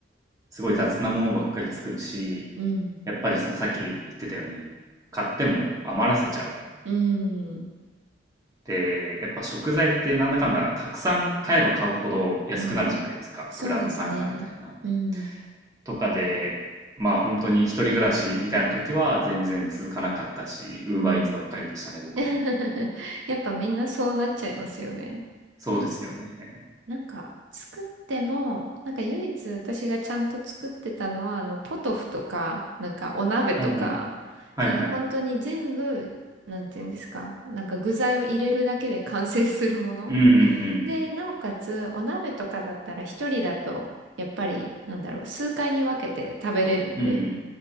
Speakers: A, on the right; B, on the right.
A: すごい雑なものばっかり作るし、
B: うん。
A: やっぱりそのさっき言ってたように、買っても余らせちゃう。
B: うん。うん。
A: で、やっぱ食材ってなんだかんだたくさん買えば買うほど安くなるじゃないですか。
B: うん。そうですね。
A: グラム単価みたいな。
B: うん。
A: とかで、まあ本当に一人暮らしみたいな時は全然続かなかったし、ウーバーイーツばっかりでしたね、
B: うん。
A: 僕も。
B: <laughs> やっぱみんなそうなっちゃいますよね。
A: そうですよね。
B: なんか、作っても、なんか唯一私がちゃんと作ってたのは、あの、ポトフとか、なんかお鍋とか、
A: うんうん。はいはい。
B: その本当に全部、なんていうんですか、なんか具材を入れるだけで完成するもの。
A: うんうんう
B: で、
A: ん。
B: なおかつ、お鍋とかだったら一人だと、やっぱり、なんだろう、数回に分けて食べれるんで、
A: うんうん。
B: っ